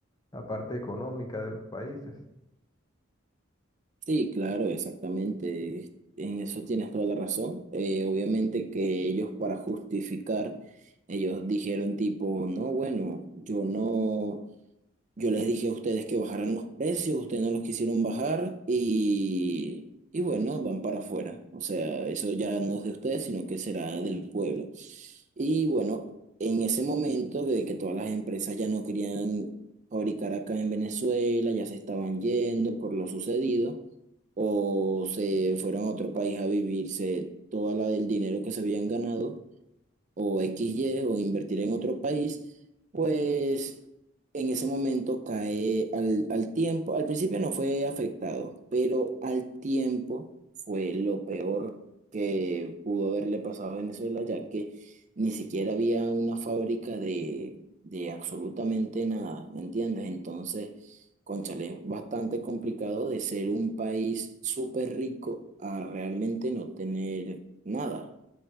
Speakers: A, on the left (about 20°); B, on the right (about 35°).
A: la parte económica de los países.
B: Sí, claro, exactamente. En eso tienes toda la razón. Eh, obviamente que ellos para justificar, ellos dijeron tipo, no, bueno, yo no. Yo les dije a ustedes que bajaran los precios, ustedes no los quisieron bajar y, y bueno, van para afuera. O sea, eso ya no es de ustedes, sino que será del pueblo. Y bueno, en ese momento de que todas las empresas ya no querían fabricar acá en Venezuela, ya se estaban yendo por lo sucedido, o se fueron a otro país a vivirse toda la del dinero que se habían ganado o x y o invertir en otro país, pues en ese momento cae al, al tiempo. Al principio no fue afectado, pero al tiempo fue lo peor que pudo haberle pasado a Venezuela, ya que ni siquiera había una fábrica de, de absolutamente nada, ¿me entiendes? Entonces, cónchale, es bastante complicado de ser un país súper rico a realmente no tener nada.